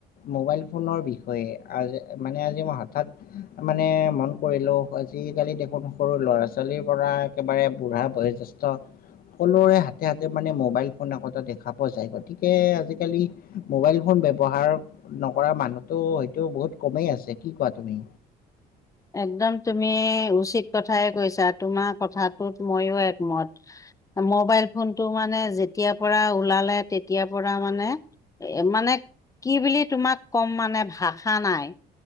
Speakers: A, on the left; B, on the left.
A: মোবাইল ফোনৰ বিষ হয় আজ মানে আজি মই হঠাৎ উমহু হু মানে মন কৰিলো আজিকালি দেখোন সৰু ল'ৰা-ছোৱালীৰ পৰা একেবাৰে বুঢ়া বয়োজ্যেষ্ঠ। সকলোৰে হাতে হাতে মানে মোবাইল ফোন আগতে দেখা পোৱা যায় গতিকে আজিকালি মোবাইল ফোন ব্যৱহাৰ নকৰা মানুহটো হয়তো বহুত কমেই আছে। কি কোৱা তুমি?
B: একদম তুমি উচিত কথাই কৈছা তোমাৰ কথাটোত মইয়ো একমত। মোবাইল ফোনটো মানে যেতিয়াৰ পৰা ওলালে তেতিয়াৰ পৰা মানে এ মানে কি বুলি তোমাক কম মানে ভাষা নাই।